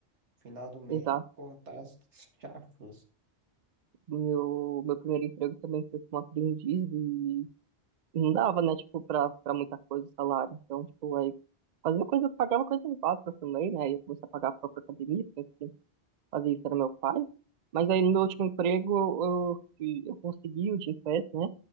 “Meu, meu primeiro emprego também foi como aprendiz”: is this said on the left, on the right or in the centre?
Right